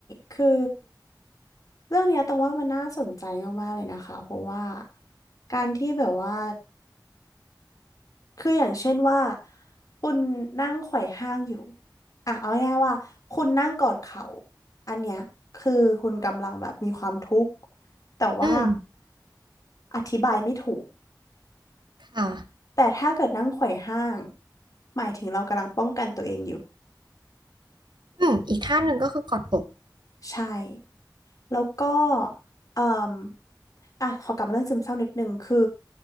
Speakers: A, on the left; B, on the right.
A: คือเรื่องเนี้ยตรงว่ามันน่าสนใจมากๆเลยนะคะเพราะว่าการที่แบบว่าคืออย่างเช่นว่าคุณนั่งไขว่ห้างอยู่อ่ะเอาง่ายๆว่าคุณนั่งกอดเข่าอันเนี้ยคือคุณกำลังแบบมีความทุกข์แต่ว่า
B: อืม
A: อธิบายไม่ถูก
B: ค่ะ
A: แต่ถ้าเกิดนั่งไขว่ห้างหมายถึงเรากำลังป้องกันตัวเองอยู่
B: อืมอีกท่าหนึ่งก็คือกอดอก
A: ใช่ แล้วก็เอ่มอ่ะขอกลับมาเรื่องซึมเศร้านิดนึงคือ